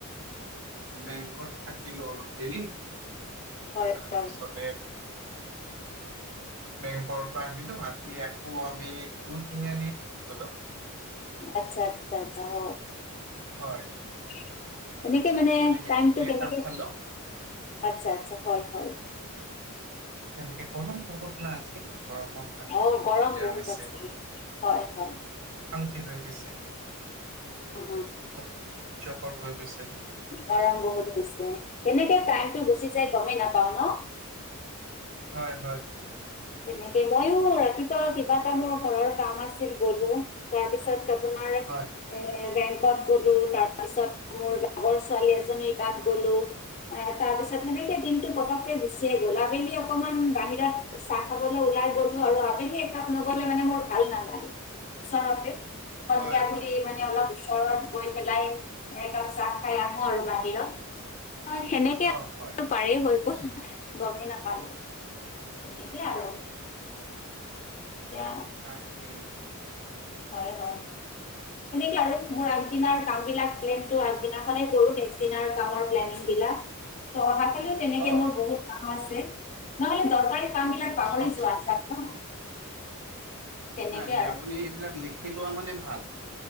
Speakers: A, on the right; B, on the left.
A: বেংকত থাকিলো অলপ দেৰি তাৰপিছতে
B: হয় হয়
A: বেংকৰ পৰা আহিলো আহি আকৌ আমি জুই তিনিআলি গলো
B: আচ্ছা আচ্ছা আচ্ছা হ।
A: হয়
B: <unintelligible> এনেক মানে
A: তেনেকে
B: টাইম
A: কফি
B: টু কেনকৈ
A: একাপ খালো
B: আচছা আচছা হয় হয়।
A: তেনেকে গৰম বহুত আজি, গৰমৰ কাৰণে
B: অঁ
A: বহুত
B: গৰম
A: দিগদাৰ হৈছে।
B: আছে হয় হয়
A: অশান্তি গৈছে গৈছে
B: অ,
A: গৰম অসহ্যকৰ হৈ গৈছে তাকে
B: গৰম বহুত গছে তেনেকে টাইমতটো গুচি যাই গমেই না। পাও ন?
A: হয় হয়
B: তেনেকে মইয়ো ৰাতি। কিবা এটা মোৰ ঘৰৰ কাম আছিল গলো তাৰপিছত আপোনাৰ
A: হয়
B: এ বেঙ্ক। গলোঁ তাৰপিছত মোৰ লগৰ ছোৱালী এজনীৰ তাত গ'লো, এ তাৰ পিছত সেনেকে দিনতটো পতককে গুচিয়ে গ'ল আবেলি। অকণমান বাহিৰ ত চাহ খাবলৈ ওলাই গলো আৰু আবেলি একাপ নগলে মানে মোৰ ভাল নালাগে। ওচৰতে সন্ধিয়া
A: হয়
B: বুলি
A: হয়
B: মানে অলপ ওৰত গৈ পেলাই এ চাহ খাই আহো আৰু বাহিৰত। সেনেকে
A: অ হয় হয়
B: পাৰেই হৈ গ'ল গমেই নাপালো। একেই আৰু কয়া <unintelligible>
A: তাকেই।
B: হয় হয়। সেনেকে আৰু মোৰ আগ দিনাৰ কাম বিলাক প্লেন আগদিনাখনে কৰো, নেক্স দিনাৰ কামৰ প্লেনি তহা <unintelligible> খালিও তেনেকে
A: অ
B: মোৰ বহুত কাম আছে নহলে দৰকাৰী কাম বিলাক পাহৰি
A: অ
B: যোৱা যায় ন? তেনেকে
A: নাই নাই
B: আৰু
A: আপুনি এইবিলাক লিখি লোৱা মানে ভাল